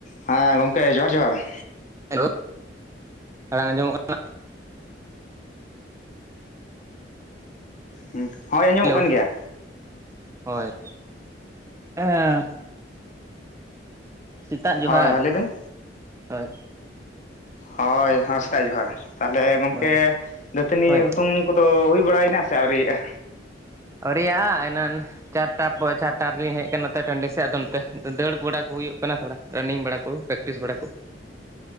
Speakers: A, on the left (about 45°); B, on the right (about 15°).
A: ᱦᱟᱸ ᱜᱚᱝᱠᱮ ᱡᱚᱦᱟᱨ ᱡᱚᱦᱟᱨ,
B: ᱦᱮᱞᱳ ᱟᱲᱟᱝ ᱟᱸᱡᱚᱢᱚᱜ ᱠᱟᱱᱟ?
A: ᱦᱩᱸ ᱦᱳᱭ ᱟᱸᱡᱚᱢᱚᱜ
B: ᱦᱮᱞᱳ
A: ᱠᱟᱱ ᱜᱮᱭᱟ
B: ᱦᱳᱭ <unintelligible> ᱥᱤᱛᱟᱜ ᱡᱚᱦᱟᱨ᱾
A: ᱦᱳᱭ ᱦᱳᱭ ᱞᱟᱹᱭ ᱵᱤᱱ
B: ᱦᱳᱭ
A: ᱦᱳᱭ ᱦᱚᱸ ᱥᱤᱛᱟᱜ ᱡᱚᱦᱟᱨ ᱛᱟᱦᱚᱞᱮ ᱜᱚᱝᱠᱮ
B: ᱦᱳᱭ
A: ᱫᱟᱹᱛᱟᱹᱱᱤ
B: ᱦᱳᱭ
A: ᱦᱩᱛᱩᱢ ᱠᱚᱫᱚ ᱦᱩᱭ ᱵᱟᱲᱟᱭᱮᱱᱟ ᱥᱮ ᱟᱣᱨᱤᱜᱼᱟ?
B: ᱟᱣᱨᱤᱜᱼᱟ ᱮᱱᱟᱱ, ᱪᱟᱨᱴᱟ ᱯᱚᱭ ᱪᱟᱨᱴᱟ ᱨᱤᱞᱤᱧ ᱦᱮᱡ ᱠᱟᱱᱟ ᱱᱚᱛᱮ ᱴᱟᱺᱰᱤ ᱥᱮᱜ ᱟᱫᱚ ᱱᱚᱛᱮ ᱟᱫᱚ ᱫᱟᱹᱲ ᱵᱟᱲᱟ ᱠᱚ ᱦᱩᱭᱩᱜ ᱠᱟᱱᱟ ᱛᱷᱚᱲᱟ ᱨᱟᱱᱤᱝ ᱵᱟᱲᱟ ᱠᱚ, ᱯᱮᱠᱴᱤᱥ ᱵᱟᱲᱟᱠᱚ,